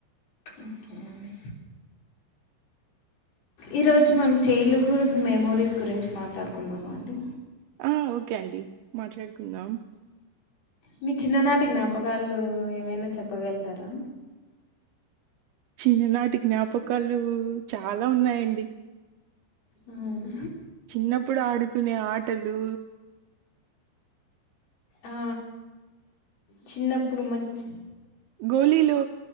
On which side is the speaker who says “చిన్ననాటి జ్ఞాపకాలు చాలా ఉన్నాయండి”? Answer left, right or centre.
Right